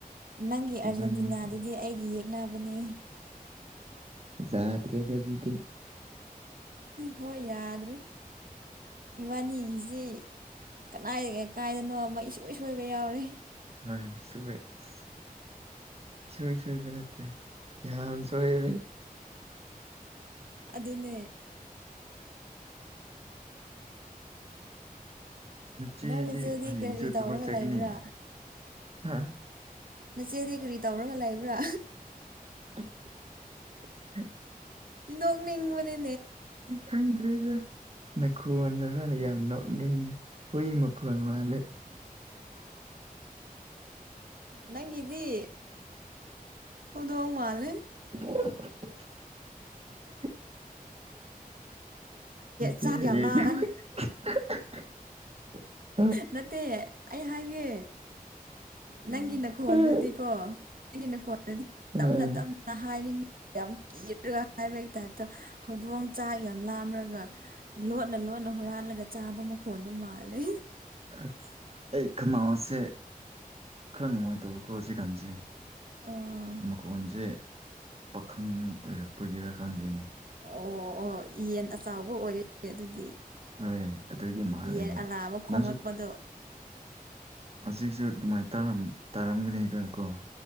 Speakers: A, on the right; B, on the right.
A: ꯅꯪꯒꯤ ꯑꯥꯔꯖꯦꯟꯇꯤꯅꯥꯗꯨꯗꯤ
B: ꯏꯕꯥꯅꯤꯁꯦ
A: ꯑꯩꯒꯤ ꯌꯦꯛꯅꯕꯅꯦ꯫
B: ꯌꯥꯗꯔ꯭ꯦꯗꯥ ꯑꯗꯨꯗꯤ꯫
A: ꯍꯣꯏ ꯌꯥꯗ꯭ꯔꯦ꯫ ꯏꯕꯥꯅꯤꯁꯤ ꯀꯗꯥꯏ ꯀꯥꯏꯗꯅꯣ ꯑꯃ ꯁꯁꯣꯏ ꯁꯣꯏꯕ ꯌꯥꯎꯔꯤꯦ
B: ꯑ ꯁꯋꯦꯁ <inaudible> <unintelligible> ꯁꯏ ꯁꯣꯏꯕ ꯅꯠꯇ꯭ꯔꯦ ꯌꯥꯁꯨꯔꯦ
A: ꯑꯗꯨꯅꯦ
B: ꯅꯆꯦꯗꯤ
A: ꯅꯣꯏ
B: ꯍꯌꯦꯡꯁꯨ
A: ꯀꯔꯤ ꯇꯧꯔꯒ
B: ꯊꯕꯛ ꯆꯠꯒꯅꯤ
A: ꯂꯩꯕ꯭ꯔꯥ
B: ꯍꯥ
A: ꯅꯆꯦꯗꯤ ꯀꯔꯤ ꯇꯧꯔꯒ ꯂꯩꯕ꯭ꯔꯥ
B: <unintelligible> <inaudible>
A: ꯅꯣꯛ ꯅꯤꯡ ꯕꯅꯦ
B: ꯊꯪꯗ꯭ꯔꯔꯤꯗ ꯅꯈꯣꯟꯗꯨꯒ ꯌꯥꯝ ꯅꯣꯛꯅꯤꯡ ꯌꯦ ꯍꯨꯢ ꯃꯈꯣꯜ ꯃꯥꯜꯒꯦ <inaudible> <unintelligible>
A: ꯅꯪ ꯏꯤꯗꯤ ꯎꯗꯣꯡꯣꯡ ꯃꯥꯜ
B: ꯑ <unintelligible> <inaudible> ꯑꯁꯦ
A: ꯆꯥꯛ ꯌꯥꯝ ꯂꯥꯝ
B: <unintelligible>
A: ꯅꯪ
B: <inaudible>
A: ꯅꯠꯇꯦ ꯑꯩ ꯍꯥꯏꯒꯦ ꯅꯪꯒꯤ ꯅꯈꯣꯟꯗꯨꯗꯤꯀꯣ
B: ꯍꯣꯏ
A: ꯅꯪꯒꯤ ꯅꯈꯣꯟꯗꯨꯗꯤ ꯇꯞꯅ
B: ꯑꯥ
A: ꯇꯞꯅ ꯍꯥꯏꯔꯤꯉꯩ ꯌꯥꯝ ꯀꯤꯔꯒ ꯍꯥꯏꯕꯒꯤ ꯇꯥꯏꯞꯇ ꯍꯧꯗꯣꯡ ꯆꯥꯛ ꯌꯥꯝ ꯂꯥꯝꯔꯒ ꯂꯣꯠꯅ ꯂꯣꯠꯅ ꯍꯨꯔꯥꯜꯂꯒ ꯆꯥꯕ ꯃꯈꯣꯟꯗꫭ ꯃꯥꯜꯂꯦ
B: ꯑꯁ ꯑꯩ ꯈꯅꯥꯎꯁꯦ ꯈꯔ ꯅꯨꯡꯉꯥꯏꯇꯕꯀꯣ ꯍꯧꯖꯤꯛꯀꯥꯟꯁꯦ
A: ꯑꯥ
B: ꯃꯈꯣꯟꯖꯦ ꯄꯥꯈꯪ ꯑꯣꯏꯔꯛꯄꯒꯤꯔꯥ ꯈꯪꯗꯦꯅꯦ
A: ꯑꯣ ꯑꯣ ꯌꯦꯟ ꯑꯆꯥꯎꯕ ꯑꯣꯏꯔꯦ ꯑꯗꯨꯗꯤ
B: ꯍꯣꯏ ꯑꯗꯨꯒꯤ ꯃꯥꯜꯂꯦꯕ
A: ꯌꯦꯟ ꯑꯂꯥꯕ ꯈꯣꯡꯂꯛꯄꯗꯣ
B: ꯅꯪꯁꯨ ꯎ ꯑꯁꯤꯛꯁꯨ ꯑꯗꯨꯃꯥꯏꯅ ꯇꯥꯔꯝ ꯇꯥꯔꯝꯒꯅꯤꯒ ꯀꯣ